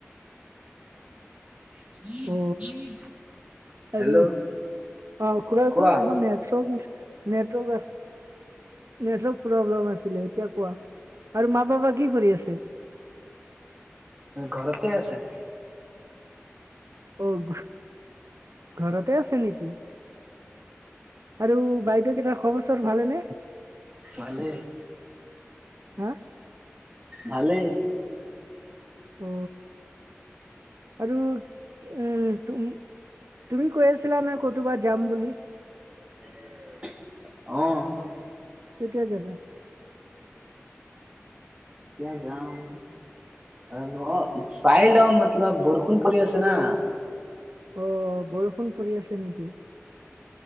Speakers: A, on the right; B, on the right.
A: <inaudible>
B: অ
A: হেল্ল'
B: আৰু অ খুৰাচোন
A: কোৱা
B: অকৌ নেটৱৰ্ক নেটৱৰ্ক আ নেটৱৰ্ক প্ৰব্লেম আছিলে এতিয়া কোৱা আৰু মা বাবা কি কৰি আছে।
A: ঘৰতে আছে।
B: অ'। ঘৰতে আছে নেকি আৰু বাইদেউ কেইটা খবৰ। ভালে নে।
A: ভালে।
B: হা।
A: ভালেই।
B: অ আৰু উম তুমি কৈ আছিলা নে। ক'তোবা যাম বুলি।
A: অ'।
B: তেতিয়া যাবা।
A: কেতিয়া যাম। আৰু অ চাই ল মতলব বৰষুণ পৰি আছে না।
B: অ বৰষুণ পৰি আছে নেকি।